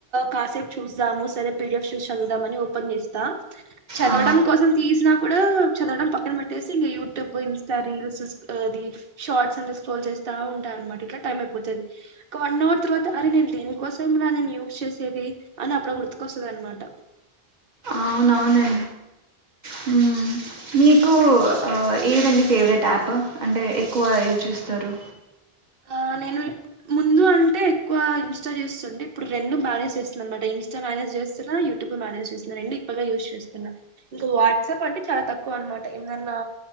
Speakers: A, on the right (about 65°); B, on the right (about 45°).
A: కాసేపు చూద్దాము సరే పీడిఎఫ్ చూచదుదామని ఓపెన్ చేస్త త చదవడం
B: ఆ,
A: కోసం తీసినా కూడా చదవడం పక్కన పెట్టేసి ఇంగ యూట్యూబ్ ఇన్స్టిట ట రీల్స్ అ షార్ట్స్ అంత స్క్రోల్ చేస్తా ఉంటనమాట ఇట్ల టైమైపోతది కానో తర్వాత అరే నేను దీనికోసం నా నేను యూజ్ చేసేది అని అప్పుడ గుర్తుకొస్తుందనమాట
B: ఔనవునండి హ్మ్ మీకు
A: ఉమ్.
B: ఆ ఏదండి ఫేవరెట్ యాప్ అంటే ఎక్కువ ఏది చూస్తారు
A: ఆ నేను ముందు అంటే ఎక్కువ ఇన్స్ట చూస్తుండే ఇప్పుడు రెండు మేనేజ్ చేస్తుంది అన్నమాట ఇన్స్టా మేనేజ్ చేస్తున్నా యూట్యూబ్ మనేజ్ చేస్తున్నాండి ఎక్కువగా యూజ్ చేస్తుకున్నా ఇంకా వాట్సాప్ అంటే చాల తక్కువనమాట ఏందన్నా